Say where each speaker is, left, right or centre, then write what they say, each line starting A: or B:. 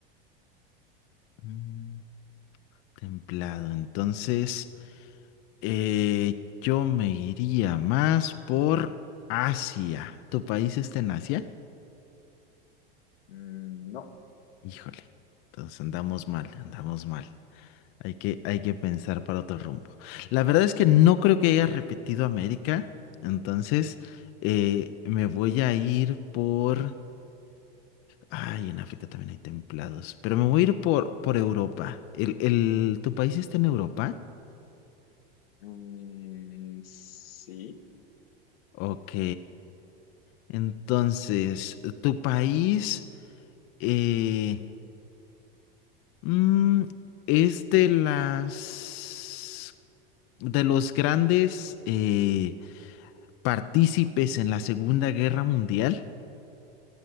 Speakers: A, on the left; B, on the left.
A: Mm, templado. Entonces, eh, yo me iría más por Asia. ¿Tu país está en Asia?
B: mm, no.
A: Híjole. Entonces andamos mal, andamos mal. Hay que, hay que pensar para otro rumbo. La verdad es que no creo que haya repetido América, entonces eh, me voy a ir por... Ay, en África también hay templados, pero me voy a ir por, por Europa. ¿El, el, tu país está en Europa?
B: Mm, sí.
A: Ok, entonces, ¿tu país eh, mm, es de las... de los grandes eh, partícipes en la Segunda Guerra Mundial?